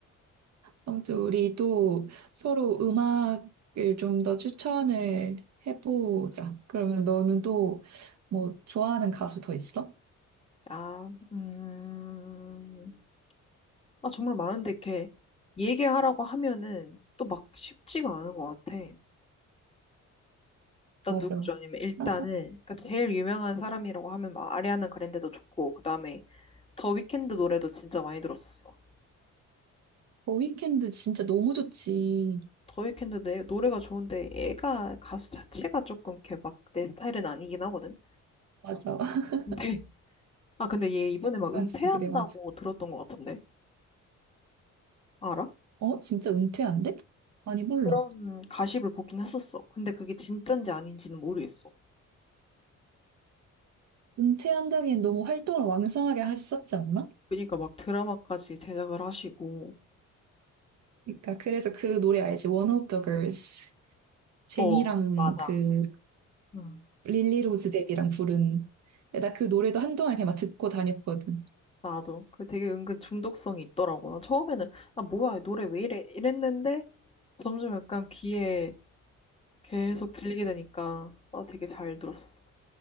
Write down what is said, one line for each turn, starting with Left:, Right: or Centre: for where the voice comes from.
Right: 아무튼 우리 또 서로 음악을 좀 더 추천을 해보자. 그러면 너는 또 뭐 좋아하는 가수 더 있어?
Left: 아, 음, 아, 정말 많은데, 이렇게 얘기하라고 하면은 또 막 쉽지가 않은 것 같아. 나
Right: 맞아.
Left: 누구 죠 아니면 일단은
Right: 항상
Left: 그러니까 제일 유명한 사람이라고 하면 막 아리아나 그랜데도 좋고 그다음에 더 위켄드 노래도 진짜 많이 들었었어.
Right: 더 위켄드 진짜 너무 좋지.
Left: 더 위켄드 내 노래가 좋은데 얘가 가수 자체가 조금 이렇게 막 내 스타일은 아니긴 하거든.
Right: 맞아. <laughs>
Left: 근데 아 근데 얘 이번에 막
Right: 그래,
Left: 은퇴한다고
Right: 진짜 그래, 맞아.
Left: 들었던 것 같은데 알아?
Right: 어? 진짜 은퇴한대? 아니, 몰라.
Left: 그런 가십을 보긴 했었어. 근데 그게 진짠지 아닌지는 모르겠어.
Right: 은퇴한다기엔 너무 활동을 왕성하게 했었지 않나?
Left: 그러니까 막 드라마까지 제작을 하시고
Right: 그러니까 그래서 그 노래 알지? One of the Girls. 제니랑
Left: 어 맞아.
Right: 그
Left: 음.
Right: 릴리 로즈 뎁이랑 부른. 나 그 노래도 한동안 그냥 막 듣고 다녔거든.
Left: 나도. 그 되게 은근 중독성이 있더라고. 나 처음에는, 아, 뭐야, 이 노래 왜 이래? 이랬는데, 점점 약간 귀에 계속 들리게 되니까, 아, 되게 잘 들었어.